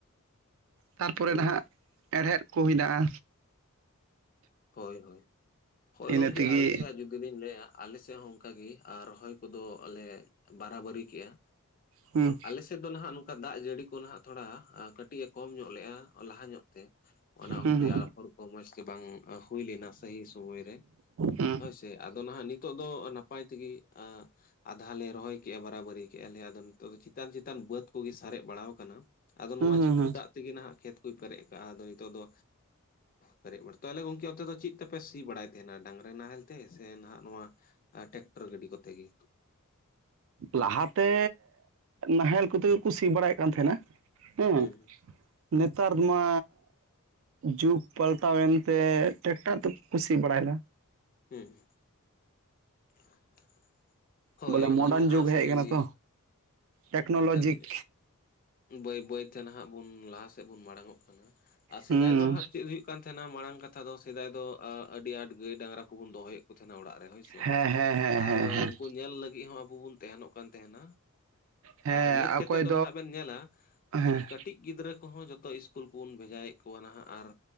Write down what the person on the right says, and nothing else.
ᱛᱟᱨᱯᱚᱨᱮ
ᱱᱟᱦᱟᱜ ᱦᱮᱲᱦᱮᱫ ᱠᱚ ᱦᱮᱱᱟ ᱟ᱾
ᱤᱱᱟᱹ
ᱛᱮᱜᱮ
ᱦᱩᱸ
ᱦᱩᱸ
ᱦᱩᱸ
ᱦᱩᱸ
ᱦᱩᱸ ᱦᱩᱸ
ᱦᱩᱸ
ᱞᱟᱦᱟᱛᱮ ᱱᱟᱦᱮᱞ ᱠᱚᱛᱮᱜᱮᱠᱚ ᱥᱤ ᱵᱟᱲᱟᱭᱮᱫ ᱠᱟᱱ ᱛᱟᱦᱮᱸᱱᱟ᱾ ᱦᱮᱸ
ᱱᱮᱛᱟᱨ ᱢᱟ ᱡᱩᱜᱽ ᱯᱟᱞᱴᱟᱣᱮᱱᱛᱮ ᱴᱮᱠᱴᱟᱨ ᱛᱮᱠᱚ ᱥᱤ ᱵᱟᱲᱟᱭᱮᱫᱟ᱾
ᱵᱚᱞᱮ ᱢᱚᱰᱟᱨᱱ
ᱡᱩᱜᱽ ᱦᱮᱡ
ᱟᱠᱟᱱᱟ ᱛᱚ ᱴᱮᱠᱱᱳᱞᱚᱡᱤᱠ
ᱦᱩᱸ
ᱦᱮᱸ ᱦᱮᱸ ᱦᱮᱸ
ᱦᱮᱸ ᱦᱮᱸ
ᱦᱮᱸ
ᱚᱠᱚᱭ
ᱦᱮᱸ